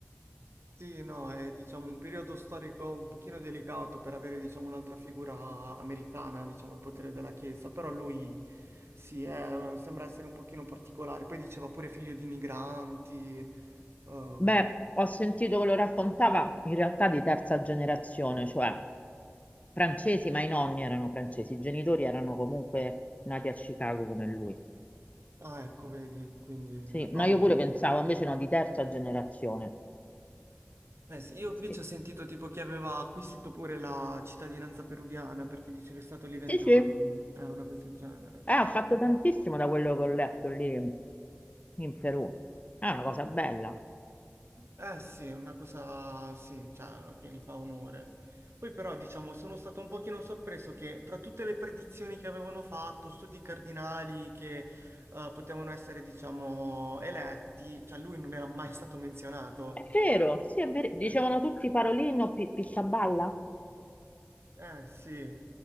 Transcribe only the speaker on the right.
Sì, no, è diciamo un periodo storico un pochino delicato per avere diciamo un'altra figura americana, diciamo il potere della Chiesa, però lui sì, è- eh, sembra essere un pochino particolare. Poi diceva pure figlio di migranti, ehm,
ah ecco, vedi, quindi
vabbè.
Eh sì, io invece
ho sentito tipo che aveva acquisito pure la cittadinanza peruviana perché dice che è stato lì vent'anni,
è una cosa del genere.
Eh sì, è una cosa sì, cioè, che gli fa onore. Poi però, diciamo, sono stato un pochino sorpreso che tra tutte le predizioni che avevano fatto, studi cardinali che eh, potevano essere, diciamo, eletti, cioè lui non era mai stato menzionato.
Eh,
eh, sì.